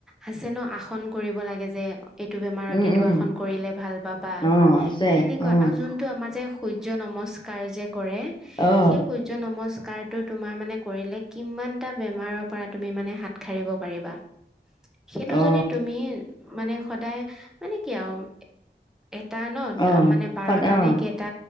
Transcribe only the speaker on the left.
উম
উম
অ আছে
অ
অ
অ
অ
সদ অ